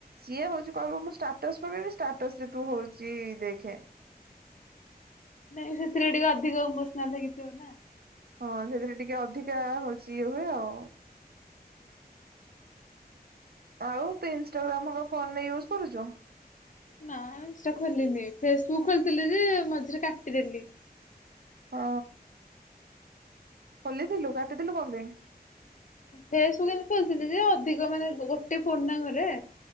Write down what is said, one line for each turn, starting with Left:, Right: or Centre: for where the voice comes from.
Right: ସିଏ ହଉଛି କହିବ ମୁଁ ଷ୍ଟାଟସ ପକେଇବି ଷ୍ଟାଟସ ରେ ତୁ ହଉଛିି ଦେଖେ।
Left: ନାଇଁ ସେଥିରେ ଟିକେ ଅଧିକ ଇମୋସନାଲ ହେଇକି ଥିବ ନା।
Right: ହଁ ସେଥିରେ ଟିକେ ଅଧିକା ହଉଛି ଇଏ ହୁଏ ଆଉ। ଆଉ ତୁ ଇନଷ୍ଟାଗ୍ରାମ ହେକା ଫୋନରେ ୟୁଜ୍ କରୁଛୁ?
Left: ନା ଇନ୍ଷ୍ଟା ଖୋଲିନି ଫେସବୁକ୍ ଖୋଲିଥିଲି ଯେ ମଝିରେ କାଟିଦେଲି।
Right: ହଁ ଖୋଲିଥିଲୁ କାଟିଦେଲୁ କଣ ପାଇଁ?
Left: ଫେସବୁକ ଏମତି ଖୋଲିଥିଲି ଯେ ଅଧିକ ମାନେ ଗୋଟେ ଫୋନ୍ ନା ଘରେ।